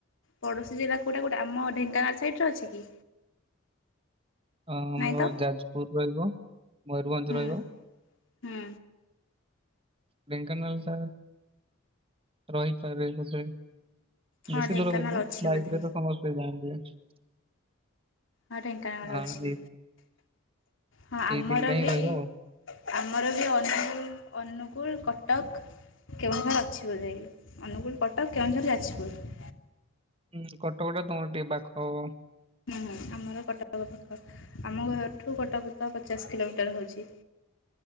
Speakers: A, on the left (about 70°); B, on the right (about 25°).
A: ପଡ଼ୋଶୀ ଜିଲ୍ଲା କୋଉଟା କୋଉଟା ଆମ ଢେଙ୍କାନଳ ସାଇଟ ରେ ଅଛି କି।
B: ଆଁ
A: ନାଇଁ
B: ଆମର
A: ତ
B: ଯାଜପୁର ରହିବ ମୟରଭଞ୍ଜ
A: ହୁଁ
B: ରହିବ।
A: ହୁଁ।
B: ଢେଙ୍କାନାଳ ଟା ରହିପାରେ ବୋଧେ।
A: ହଁ
B: ବେଶୀ
A: ଢେଙ୍କାନାଳ
B: ଦୂର ବି ନୁଏ
A: ଅଛି
B: ବାଇକ
A: ବୋଧେ
B: ରେ ତ ସମସ୍ତେ ଯାଆନ୍ତି ‌।
A: ହଁ ଢେଙ୍କାନାଳ
B: ହଁ
A: ଅଛି
B: ଏଇ
A: ହଁ ଆମର
B: ଏଇ ତିନିଟା ହିଁ
A: ବି।
B: ରହିବ ଆଉ।
A: ଆମର ବି ଅନୁଗୁଳ ଅନୁଗୁଳ କଟକ। କେଉଁଝର ଅଛିି ବୋଧେ ଅନୁଗୁଳ କଟକ କେଉଁଝର ଯାଜପୁର।
B: ହୁଁ କଟକ ଟା ତମର ଟିକେ ପାଖ ହବ।
A: ହୁଁ ଆମର କଟକ ପାଖ ଆମ ଘରଠୁ କଟକ ତ ପଚାଶ କିଲୋମିଟର ହଉଛି।